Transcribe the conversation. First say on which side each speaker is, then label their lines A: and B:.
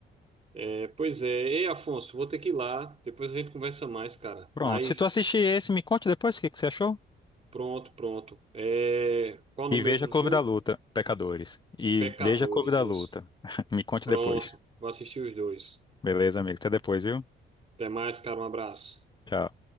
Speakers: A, on the right; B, on the left.
A: É, pois é. Ei, Afonso, vou ter que ir lá. Depois a gente conversa mais, cara.
B: Pronto.
A: Mas
B: Se tu assistir esse, me conte depois o que que você achou.
A: pronto, pronto. É, qual o nome
B: E veja
A: mesmo do
B: Clube
A: filme?
B: da Luta, pecadores. E
A: Pecadores,
B: veja Clube da
A: isso.
B: Luta. <laughs> Me conte
A: Pronto,
B: depois.
A: vou assistir os dois.
B: Beleza, amigo? Até depois, viu?
A: Até mais, cara, um abraço.
B: Tchau.